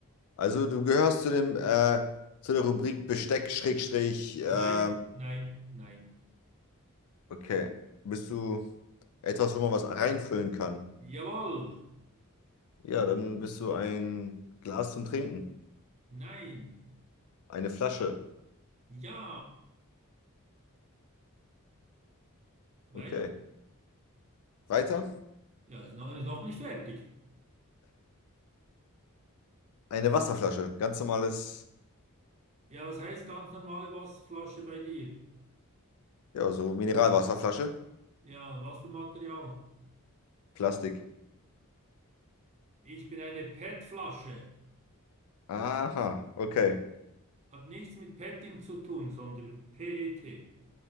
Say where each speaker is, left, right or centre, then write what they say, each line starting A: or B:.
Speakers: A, on the left; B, on the right.
A: Also du gehörst zu dem, äh, zu der Rubrik Besteck, Schrägstrich, ähm,
B: Nein, nein, nein.
A: okay. Bist du etwas, wo man was reinfüllen kann?
B: Jawohl.
A: Ja, dann bist du ein Glas zum Trinken.
B: Nein.
A: Eine Flasche.
B: Ja. Weiter.
A: Okay. Weiter?
B: Ja, ist noch, ist noch nicht fertig.
A: Eine Wasserflasche. Ganz normales,
B: Ja, was heißt ganz normale Wasserflasche bei dir?
A: ja, so Mineralwasserflasche.
B: Ja, was für Material?
A: Plastik.
B: Ich bin eine PET-Flasche.
A: Aha, okay.
B: Hat nichts mit Petting zu tun, sondern PET.